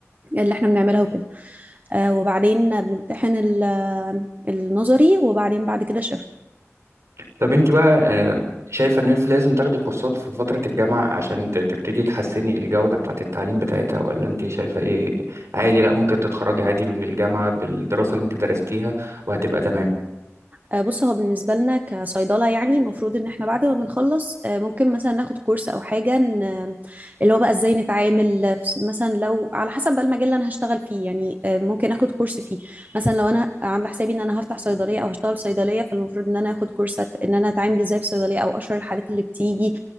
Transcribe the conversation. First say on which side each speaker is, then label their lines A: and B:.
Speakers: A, on the right; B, on the right.
A: اللي احنا بنعملها وكده آه، وبعدين بنمتحن ال- آه، النظري وبعدين بعد كده
B: طب انت بقى آه، شايفة ان انت لازم تاخدي كورسات في فترة الجامعة عشان ت- تبتدي تحسني الجودة بتاعة التعليم بتاعتها ولا انت شايفة ايه عادي لا ممكن تتخرجي عادي من الجامعة بالدراسة اللي انت درستيها وهتبقى تمام
A: آه، بص هو بالنسبة لنا كصيدلة يعني المفروض ان احنا بعد ما بنخلص آه، ممكن مثلا ناخد كورس او حاجة ن- اللي هو بقى ازاي نتعامل في- مثلا لو على حسب بقى المجال اللي انا هشتغل فيه يعني آه، ممكن اخد كورس فيه مثلا لو انا عاملة حسابي ان انا هفتح صيدلية او هشتغل في صيدلية فالمفروض ان انا اخد كورس أت- ان انا اتعامل ازاي في صيدلية او اشهر الحالات اللي بتيجي